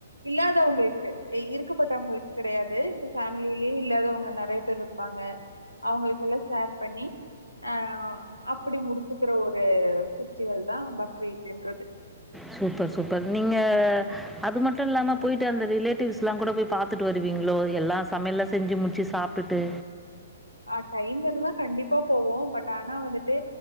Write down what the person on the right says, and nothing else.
இல்லாதவங்களுக்கு இருக்கப்பட்டவங்களுக்கு கெடையாது இப்ப ஃபேமிலியிலயே இல்லாதவங்க நெறைய பேர் இருப்பாங்க அவங்களுக்கெல்லா ஷேர் பண்ணி அஹ் அப்படி முடிச்சுக்கிற ஒரு பெஃஸ்ட்டிவல் தான பக்ரீத்ன்றது
அஹ் டைம் இருந்தா கண்டிப்பா போவோ பட் ஆனா வந்துட்டு